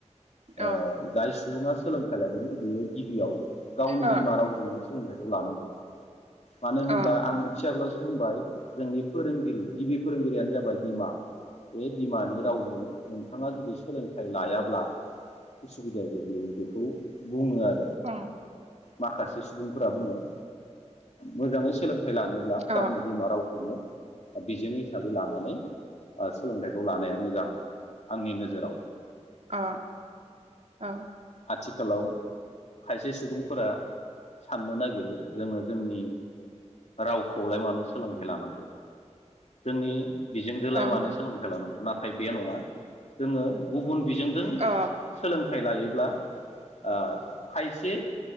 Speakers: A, on the right; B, on the left.
A: अ
B: ओ जाय सुबुङा सोलोंथाइ लागोन बियो गिबियाव गावनि
A: अ
B: बिमा रावजोंनो सोलोंथाइखौ लानांगौ मानो होनब्ला
A: अ
B: आं इसे आगोलाव बुंबाय जोंनि फोरोंगिरि गिबि फोरोंगिरियानो जाबाय बिमा बे बिमानि रावजों नोंथाङा जुदि सोलोंथाइ लायाब्ला उसुबिदायाव गोग्लैयो बेखौ बुङो आरो
A: अ
B: माखासे सुबुंफोरा बुंङो ओ मोजांङै सोलों लोंथाय लानोब्ला
A: अ
B: गावनि रावखौनो बिजों हिसाबै लानानै सोलोंथाइखौ लानाया मोजां आंनि नोजोराव
A: औ - औ
B: आथिखालाव खायसे सुबुंफोरा साननो नागिरो जोंङो जोंनि रावखौलाय मानो सोलोंथाइ लानांगौ जोंनि बिजोंजोंलाय
A: औ अ
B: मानो सोलोंथाइ लानांगौ नाथाय बे नंङा जोंङो गुबुन बिजोंजों
A: अ
B: सोलोंथाइ लायोब्ला ओ खायसे